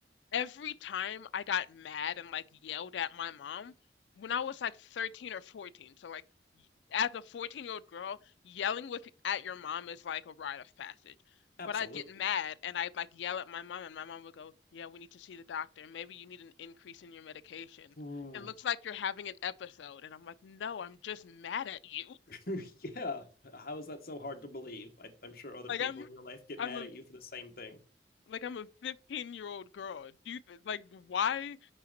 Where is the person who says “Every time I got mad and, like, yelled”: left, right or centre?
Left